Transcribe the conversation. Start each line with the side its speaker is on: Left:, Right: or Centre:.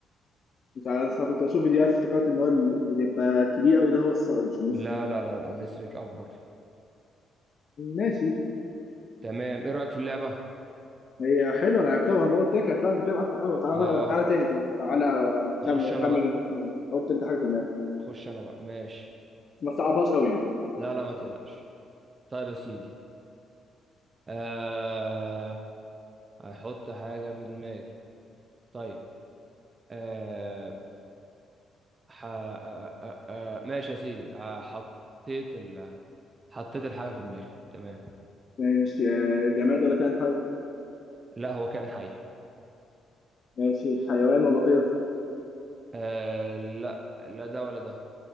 Left: مش عارف أنا كنت بشوف فيديوهات افتكرت ان هو اللي بيبقى كبير قوي ده هو الصقر مش النسر
Right: لا لا لا لا، النسر اكبر
Left: ماشي
Right: تمام ايه رأيك في اللعبة
Left: هي حلوه انا لعبتها وانا قلت لك هتلعب كده معاك على القهوه تعالى
Right: اه
Left: تعالى تاني طيب تعالى
Right: اخش
Left: خمن
Right: انا
Left: خمن
Right: بقى
Left: انت يعني حط انت حاجه في دماغك
Right: اخش انا بقى ماشي
Left: بس ما تصعبهاش قوي يعني
Right: لا لا ما تقلقش طيب يا سيدي آه هحط حاجة في دماغي طيب آه ح... آه آه آه آه، ماشي يا سيدي آه حطيت ال... حطيت الحاجة في دماغي تمام
Left: ماشي آه، جماد ولا كائن حي
Right: لا هو كان حي
Left: ماشي حيوان ولا طير
Right: آه لا لا ده ولا ده